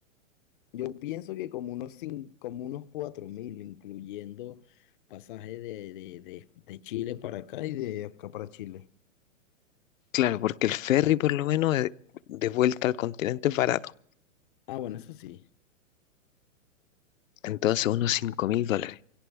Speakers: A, on the left; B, on the left.
A: yo pienso que como unos cin- como unos cuatro mil, incluyendo pasaje de, de, de, de Chile para acá y de acá para Chile.
B: claro, porque el ferry por lo menos eh, de, vuelta al continente es barato,
A: Ah, bueno, eso sí.
B: entonces unos cinco mil dólares.